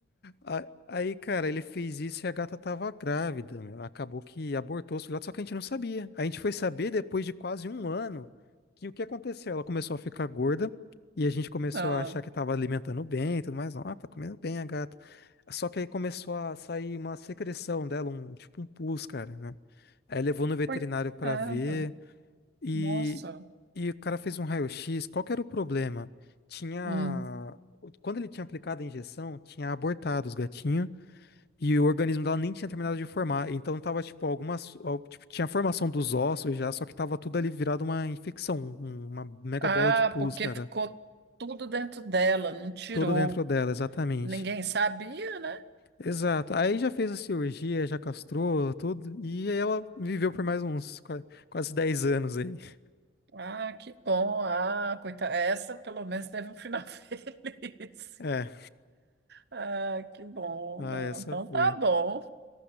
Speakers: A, on the left (about 55°); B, on the right (about 55°).
A: A- Aí, cara, ele fez isso e a gata tava grávida, meu. Acabou que abortou os filhotes, só que a gente não sabia. A gente foi saber depois de quase um ano que o que aconteceu? Ela começou a ficar gorda e a gente começou
B: Ah,
A: a achar que tava alimentando bem e tudo mais. Ah, tá comendo bem a gata. Só que aí começou a sair uma secreção dela, um tipo um pus, cara, né? Aí levou no veterinário
B: coitada.
A: pra ver e,
B: Nossa.
A: e o cara fez um raio-x. Qual que era o problema? Tinha.
B: Hum.
A: Quando ele tinha aplicado a injeção, tinha abortado os gatinhos. E o organismo dela nem tinha terminado de formar. Então tava, tipo, algumas. al- Tipo, tinha a formação dos ossos já, só que tava tudo ali virado uma infecção, um- uma mega
B: Ah,
A: bola de pus,
B: porque
A: cara.
B: ficou tudo dentro dela, não tirou.
A: Tudo dentro dela, exatamente.
B: Ninguém sabia, né?
A: Exato. Aí já fez a cirurgia, já castrou tudo. E ela viveu por mais uns qua- quase 10 anos aí. <laughs>
B: Ah, que bom. Ah, coitada. Essa pelo menos teve um final <laughs> feliz.
A: É.
B: Ah, que bom.
A: Ah,
B: Não,
A: essa
B: então
A: foi.
B: tá bom.